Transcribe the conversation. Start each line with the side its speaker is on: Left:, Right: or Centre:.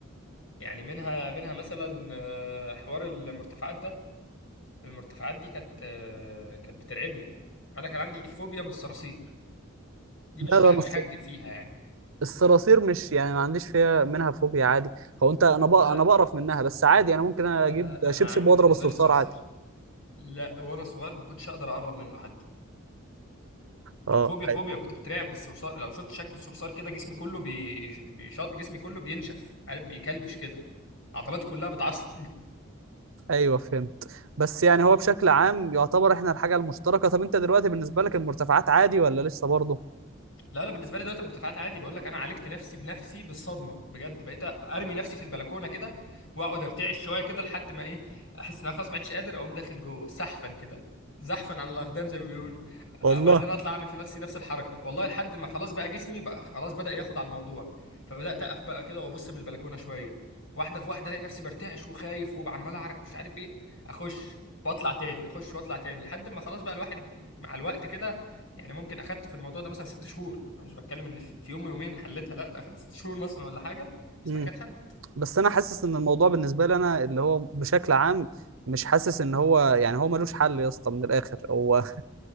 Left: يعني منها منها مثلا آه، حوار المرتفعات ده المرتفعات دي كانت آه، كانت بترعبني انا كان عندي فوبيا من الصراصير دي
Right: لا
Left: مش
Right: ده
Left: ه-
Right: أنا
Left: مش
Right: الص-
Left: هكدب فيها يعني
Right: الصراصير مش يعني ما عنديش فيها منها فوبيا عادي هو انت انا
Left: لا
Right: بق... انا بقرف منها بس عادي انا ممكن اجيب
Left: لا لا
Right: شبشب
Left: انا عندي
Right: واضرب
Left: بالنسبة
Right: الصرصار
Left: لي الصراصير
Right: عادي
Left: لا وانا صغير ما كنتش اقدر اقرب منه حتى
Right: اه
Left: كانت فوبيا فوبيا
Right: أي-
Left: كنت بترعب من الصرصار لو شفت شكل الصرصار كده جسمي كله بي... بيشط جسمي كله بينشف عارف بيكلبش كده عضلاتي كلها بتعصب
Right: ايوه فهمت بس يعني هو بشكل عام يعتبر احنا الحاجه المشتركه طب انت دلوقتي بالنسبه لك المرتفعات عادي ولا لسه برضه
Left: لا لا بالنسبه لي دلوقتي المرتفعات عادي بقول لك انا عالجت نفسي بنفسي بالصدمه بجد بقيت ارمي نفسي في البلكونه كده واقعد ارتعش شويه كده لحد ما ايه احس ان انا خلاص ما عدتش قادر اقوم داخل جوه سحفا كده زحفا على الاقدام زي ما بيقولوا آه،
Right: والله
Left: بعدين اطلع اعمل في نفسي نفس الحركه والله لحد ما خلاص بقى جسمي بقى خلاص بدا ياخد على الموضوع فبدات اقف بقى كده وابص من البلكونه شويه واحده في واحده الاقي نفسي برتعش وخايف وعمال اعرق مش عارف ايه اخش واطلع تاني اخش واطلع تاني لحد ما خلاص بقى الواحد مع الوقت كده يعني ممكن اخدت في الموضوع ده مثلا ست شهور انا مش بتكلم ان في في يوم ويومين حلتها لا ده اخدت ست شهور مثلا ولا حاجه بس
Right: امم
Left: بعد كده اتحلت
Right: بس انا حاسس ان الموضوع بالنسبه لي انا اللي هو بشكل عام مش حاسس ان هو يعني هو ملوش حل يا اسطى من الاخر هو